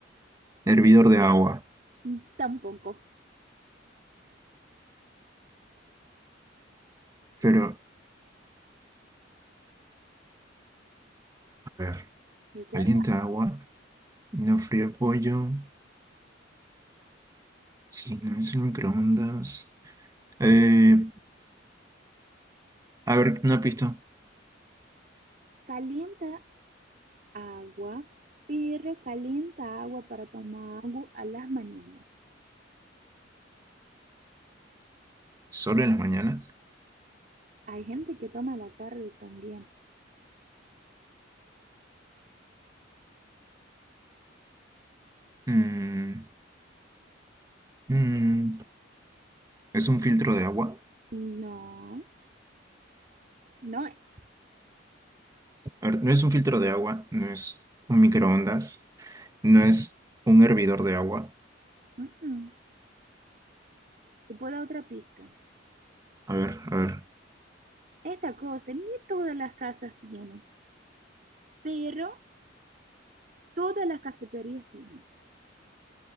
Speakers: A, on the right (about 20°); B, on the right (about 45°).
A: Hervidor de agua.
B: Mm, Tampoco.
A: Pero, a ver,
B: Recuerda,
A: calienta agua. Y no frío el pollo. Si no es el microondas. Eh, a ver, una pista.
B: calienta agua, pero calienta agua para tomar agua a las mañanas.
A: ¿Solo en las mañanas?
B: Hay gente que toma a la tarde también.
A: Mm, mm, ¿es un filtro de agua?
B: No, no es.
A: A ver, no es un filtro de agua. No es un microondas. No es un hervidor de agua.
B: Mm, mm. Te puedo dar otra pista.
A: A ver, a ver.
B: Esta cosa ni todas las casas tienen, pero Todas las cafeterías tienen.